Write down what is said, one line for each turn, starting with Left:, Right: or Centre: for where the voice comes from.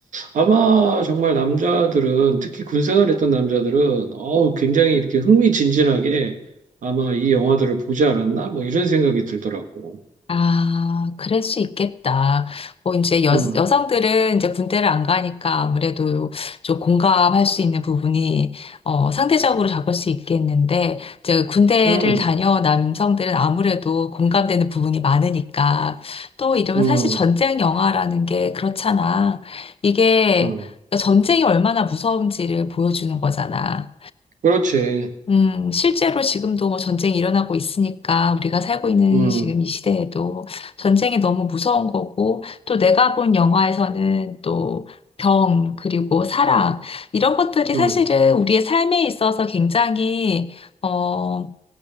Right: 아마 정말 남자들은 특히 군생활 했던 남자들은 어우 굉장히 이렇게 흥미진진하게 아마 이 영화들을 보지 않았나 뭐 이런 생각이 들더라고.
Left: 아, 그럴 수 있겠다. 뭐, 이제 여,
Right: 음,
Left: 여성들은 이제 군대를 안 가니까 아무래도 좀 공감할 수 있는 부분이, 어, 상대적으로 적을 수 있겠는데, 이제 군대를
Right: 음,
Left: 다녀온 남성들은 아무래도 공감되는 부분이 많으니까, 또 이러면
Right: 음,
Left: 사실 전쟁 영화라는 게 그렇잖아. 이게
Right: 음.
Left: 그러니까 전쟁이 얼마나 무서운지를 보여주는 거잖아.
Right: 그렇지.
Left: 음, 실제로 지금도 뭐 전쟁이 일어나고 있으니까 우리가 살고 있는
Right: 음,
Left: 지금 이 시대에도 전쟁이 너무 무서운 거고 또 내가 본 영화에서는 또 병, 그리고 사랑, 이런 것들이 사실은
Right: 음.
Left: 우리의 삶에 있어서 굉장히, 어,